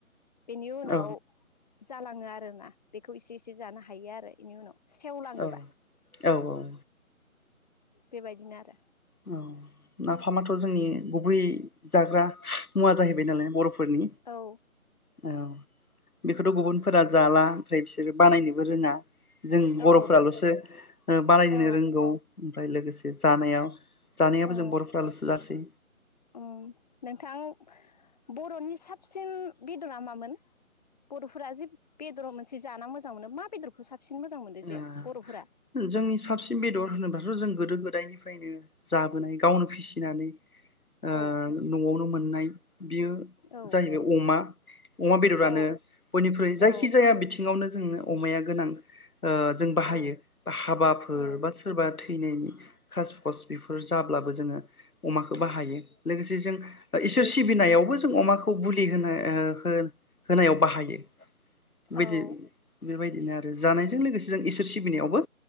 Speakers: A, on the left; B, on the left.
A: बेनि उनाव
B: औ
A: जालाङो आरो ना बेखौ खौ इसे एसे जानो हायो आरो एनि उनाव सेवलाङोबा
B: औ औ औ
A: बेबायदिनो आरो
B: औ नाफामाथ जोंनि गुबै जाग्रा मुवा जाहैबाय नालाय बर'फोर फोरनि
A: औ
B: औ बेखौथ गुबुनफोरा जाला ओमफ्राय बिसोरो बानायनोबो रोङा जों
A: औ
B: बर'फोरालसो बानायनो
A: औ
B: रोंगौ ओमफ्राय लोगोसे जानायाव जानायाबो
A: औ
B: जों बर'फ्रालसो जासै
A: उम नोंथां बर'नि साबसिन बेदरा मामोन बर'फोरा जि बेदराव मोनसे जाना मोजां मोनो मा बेदरखौ साब साबसिन मोजां मोनदों
B: ओ
A: जे बर'फोरा
B: जोंनि साबसिन बेदर होनोबाथ जों गोदो गोदायनिफ्रायनो जाबोनाय गावनो फिसिनानै ओ
A: औ
B: नआवनो मोननाय बियो
A: औ
B: जाहैबाय अमा अमा बेदरानो
A: औ
B: बयनिख्रुइ जायखिजाया
A: औ
B: बिथिङावनो जोंनो अमाया गोनां ओ जों बाहायो
A: औ
B: हाबाफोर
A: औ
B: बा सोरबा थैनायनि खास खस बेफोर जाब्लाबो जोङो अमाखौ बाहायो लोगोसे जों इसोर सिबिनायावबो जों अमाखौ बुलि होनो ओ होनायाव बाहायो बे
A: औ
B: बायदि बेबायदि बिनो आरो जानाय जों लोगोसे जों इसोर सिबिनायावबो